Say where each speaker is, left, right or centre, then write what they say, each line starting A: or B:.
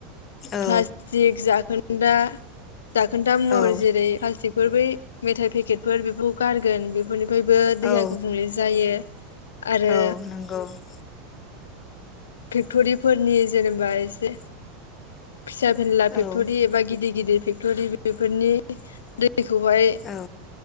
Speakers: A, on the left (about 35°); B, on the left (about 85°).
A: औ
B: प्लास्टिक जाखोन दा जाखोन्दा मुवाफोर
A: औ
B: जेरै बेफोर बै मेथाइ पेकेटफोर बेखौ गारगोन बे बेनिफ्रायबो दैहा
A: औ
B: गुबुंले जायो। आरो
A: औ नंगौ <inaudible>
B: फेक्टरिफोरनि जेनेबा एसे फिसा फेनला फेक्टरि
A: औ
B: एबा गिदिर गिदिर फेक्टरि बेफोरनि दै दैखौहाय
A: औ